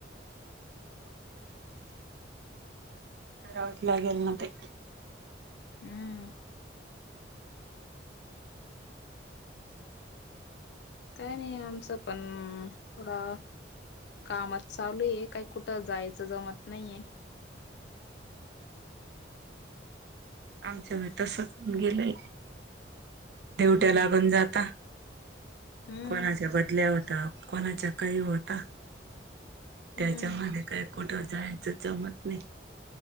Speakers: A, on the right; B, on the left.
A: करावच लागेल ना ते.
B: हम्म. काय नाही आमचं पण थोडा कामाच चालू आहे काही कुठं जायचं जमत नाहीये.
A: आमच ही तसच गेलंय देवट्याला
B: हम्म
A: पण जाता.
B: हम्म
A: कोणाच्या बदल्या होता कोणाच्या काही होता. त्याच्यामध्ये
B: हम्म
A: काही कुठं जायचं जमत नाही.